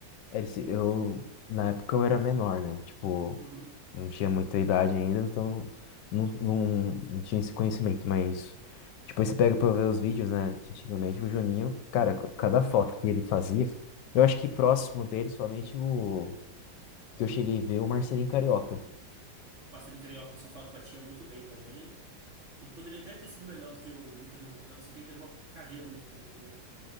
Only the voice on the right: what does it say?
Uhum.
Bastante Carioca, o pessoal fala que batia muito bem também. E que poderia até ter sido melhor do que o Juninho Pernambucano, só que ele teve uma carreira muito curta, né?